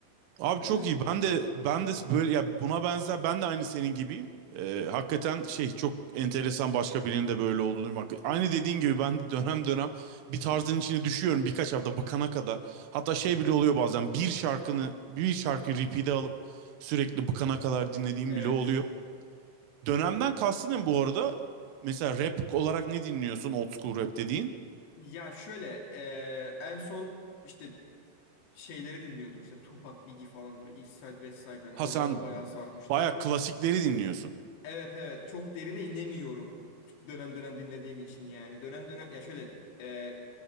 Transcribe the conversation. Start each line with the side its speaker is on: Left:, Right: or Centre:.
Right: Abi
Left: Hani
Right: çok
Left: böyle...
Right: iyi. Ben de ben de böyle ya buna benzer ben de aynı senin gibiyim. Ee, hakikaten şey çok enteresan başka birinin de böyle olduğunu duymak. Aynı dediğin gibi ben de dönem dönem bir tarzın
Left: Hı,
Right: içine düşüyorum birkaç hafta bıkana kadar. Hatta şey bile oluyor bazen bir şarkını bir şarkı repeat'e alıp sürekli bıkana kadar dinlediğim
Left: evet.
Right: bile oluyor. Dönemden kastın ne bu arada? Mesela rap olarak ne dinliyorsun old school rap dediğin?
Left: Ya şöyle e, en son işte şeyleri dinliyordum işte Tupac, Biggie falan böyle East Side, West Side hani
Right: Ha
Left: oralara
Right: sen
Left: bayağı sarmıştım.
Right: baya klasikleri dinliyorsun.
Left: Evet evet çok derine inemiyorum dönem dönem dinlediğim için yani dönem dönem ya şöyle e,